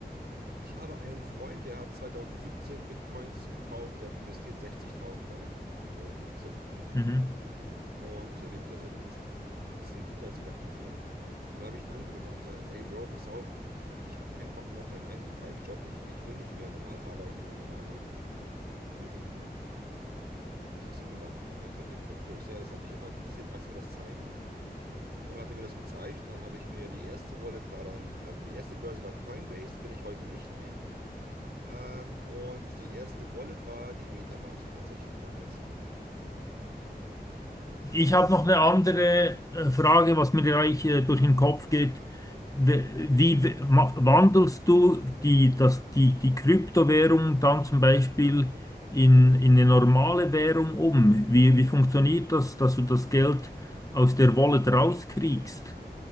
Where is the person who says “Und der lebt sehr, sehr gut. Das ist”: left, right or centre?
Right